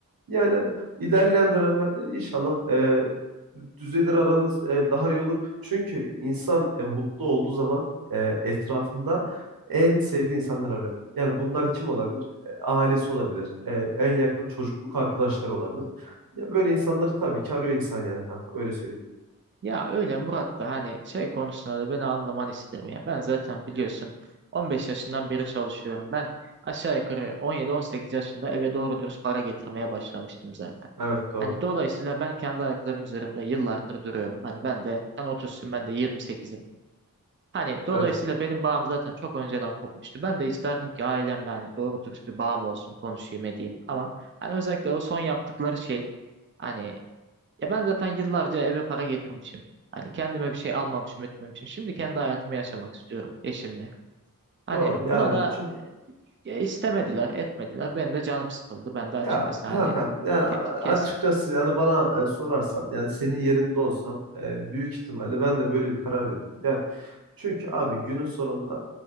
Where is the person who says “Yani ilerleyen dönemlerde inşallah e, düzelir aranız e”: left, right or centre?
Right